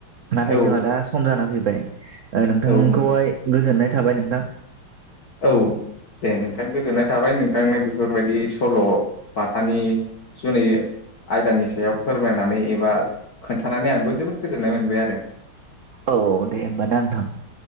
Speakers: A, on the right; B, on the left.
A: नाथाय
B: औ
A: जोंहा दा सम जाना फैबाय ओ नोंथांखौहाय
B: औ नंगौ
A: गोजोननाय थाबाय नोंथां।
B: औ दे नोंथां गोजोननाय थाबाय नोंथांनो बेफोरबायदि सल' बाथानि जुनै आयदानि सायाव फोरमायनानै एबा खोन्थानानै आंबो जोबोद गोजोननाय मोनबाय आरो।
A: औ-औ दे होमबाना नोंथां।